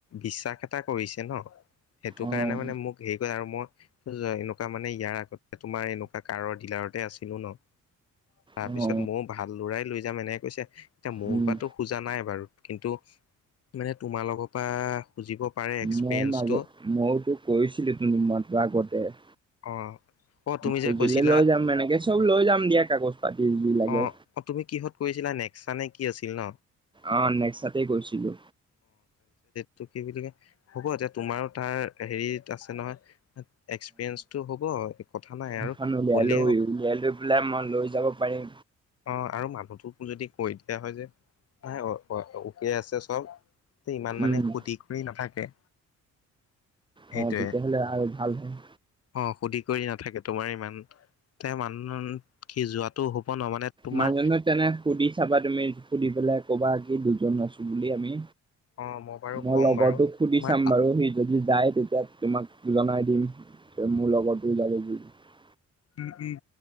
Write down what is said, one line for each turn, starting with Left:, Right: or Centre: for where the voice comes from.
Left: বিশ্বাস এটা কৰিছে ন সেইটো
Right: অ'
Left: কাৰণে মানে মোক হেৰি কৰে আৰু মই এনেকুৱা মানে ইয়াৰ আগত তোমাৰ এনেকুৱা কাৰৰ ডিলাৰতে আছিলো ন। তাৰপিছত
Right: অ' অ
Left: মও ভাল লৰাই লৈ যাম এনেক কৈছে, এতিয়া মোৰ
Right: উম।
Left: পাটো খোজা নাই বাৰু কিন্তু মানে তোমালোক পা সুজিব পাৰে এক্সপিৰিয়েঞ্চটো।
Right: মই মাজত মইতো কৈছিলো ত ত মাত আগতে <unintelligible>
Left: অ অ তুমি
Right: খুজিলে
Left: যে কৈছিলা
Right: লৈ যাম এনেকে চব লৈ যাম দিয়া কাগজ পাতি যি লাগে।
Left: অ-অ তুমি কিহত কৰিছিলা নে চানে কি আছিল ন?
Right: অ নেক্সাতে গৈছিলো।
Left: টো কি বুলি কয় হ'ব এতিয়া তোমাৰো তাৰ হেৰিত আছে নহয় এক্সপিৰিয়েঞ্চ তটো হ'ব আৰু৷ কথা নাই
Right: এখনো ওলিয়ালো,
Left: কলে
Right: ওলিয়াই
Left: অ
Right: লৈ পেলাই মই লৈ যাব পাৰিম।
Left: অ আৰু মানুহটোকো যদি কৈ দিয়া হয় যে আ উকে আছে চব, তে ইমান মানে
Right: উম।
Left: সুধি কৰি নাথাকে। সেইটোয়ে
Right: অ তেতিয়াহলে আৰু ভাল হয়।
Left: অ সুধি কৰি নাথাকে তোমাৰ ইমান তে মানুহ কি যোৱাতটো হব ন মানে তোমাৰ
Right: মানুহনে তেনে সুধি চাবা তুমি সুধি পেলাই কবা কি দুজন আছো বুলি আমি।
Left: অ বাৰু
Right: মই
Left: ক'ম
Right: লগৰটোক
Left: বাৰু
Right: সুধি
Left: তোমাৰ
Right: চাম বাৰু সি যদি যায় তেতিয়া তোমাক জনাই দিম মোৰ লগতো যাব বুলি ৷
Left: উম-উম